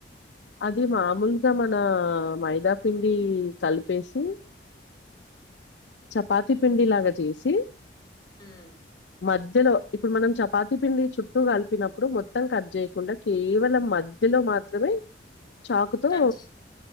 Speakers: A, on the left; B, on the left.
A: అది మామూలుగా మన మై దా పిండి కలిపేసి చాప్ చేపాతి పిండి లాగా చేసి
B: ఉమ్
A: మధ్యలో ఇప్పుడు మనం చపాతి పిండి చుట్టూ కలిపినప్పుడు మొత్తం కట్ చేయకుండా కేవలం మధ్య లో మాత్రమే చాకుతో
B: కట్ జేస్